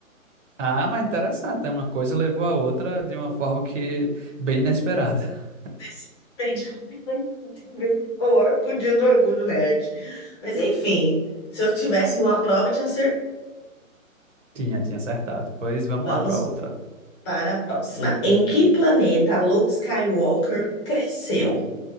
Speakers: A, on the right (about 60°); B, on the left (about 20°).
A: ah, mas interessante, né? Uma coisa levou a outra de uma forma que bem inesperada. <laughs>
B: Esse tem de ter a ver com o or- com o dia do Orgulho Nerd. Mas enfim, se eu tivesse numa prova, eu tinha certeza.
A: Tinha, tinha acertado. Pois vamos
B: Vamos
A: lá para outra.
B: para a próxima. Em que planeta Luke Skywalker cresceu?